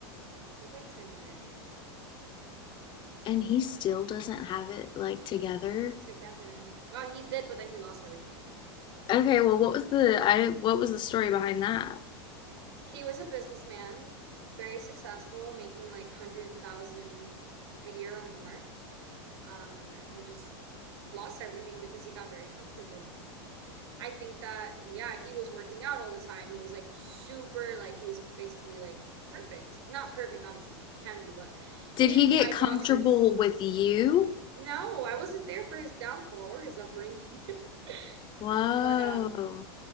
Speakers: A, on the right; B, on the left.
A: I think like 10 years
B: And he still doesn't have it like together.
A: together. Well, he did, but then he lost everything.
B: Okay, well, what was the I what was the story behind that?
A: He was a businessman, very successful, making like 100,000 a year or more. Um, and he just lost everything because he got very comfortable. I think that yeah, he was working out all the time. He was like super like he was basically like perfect. Not perfect, obviously no one can be, but
B: Did
A: in
B: he get
A: my boxes,
B: comfortable with you?
A: no, I wasn't there for his downfall or his upbringing. <laughs>
B: Whoa.
A: But um